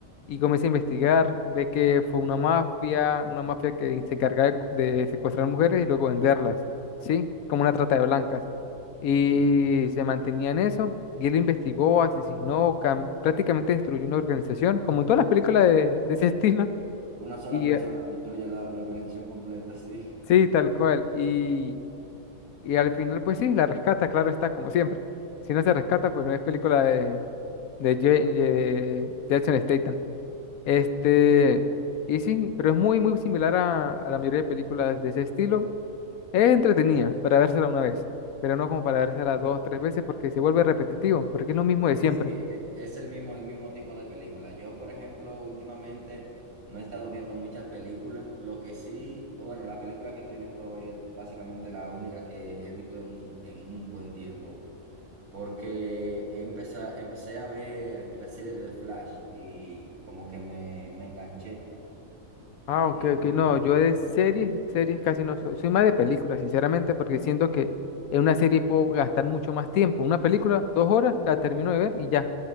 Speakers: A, on the left; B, on the right.
A: y comienza a investigar. Ve que fue una mafia, una mafia que se encargaba de, cu- de secuestrar mujeres y luego venderlas, ¿sí? Como una trata de blancas. Y
B: Sí.
A: se mantenía en eso. Y él investigó, asesinó, cam- prácticamente destruyó una organización, como en todas las películas de, de ese <laughs> estilo.
B: Una sola
A: Y
B: persona
A: eh,
B: destruye la, la organización completa, <laughs> sí.
A: sí, tal cual. Y, y al final, pues sí, la rescata, claro está, como siempre. Si no se rescata, pues no es película de, de, Jane- de, de Jason Statham. Este, y sí, pero es muy, muy similar a, a la mayoría de películas de ese estilo. Es entretenida para vérsela una vez, pero no como para vérsela dos, tres veces porque se vuelve repetitivo, porque es lo mismo de
B: Sí,
A: siempre.
B: sí, e- es el mismo, el mismo tipo de película. Yo, por ejemplo, últimamente no he estado viendo muchas películas. Lo que sí, bueno, la película que estoy viendo es básicamente la única que he visto en, en un buen tiempo. Porque empecé, empecé a ver la serie de Flash y como que me, me enganché.
A: Ah, ok,
B: Y,
A: ok, no,
B: y-
A: yo de series, series casi no soy, soy más de películas, sinceramente, porque siento que en una serie puedo gastar mucho más tiempo. Una película, dos horas, la termino de ver y ya.